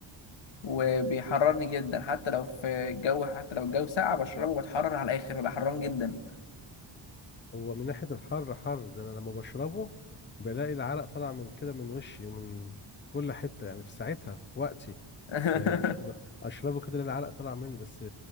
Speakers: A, on the left (about 70°); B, on the left (about 25°).
A: وبيحررني جدا حتى لو في الجو حتى لو الجو ساقع بشربه بتحرر على الاخر ببقى حران جدا
B: هو من ناحيه الحر حر ده انا لما بشربه بلاقي العرق طالع من كده من وشي ومن كل حته يعني في ساعتها وقتي
A: <laughs>
B: يعني أش... ب- اشربه كده العرق طالع مني بس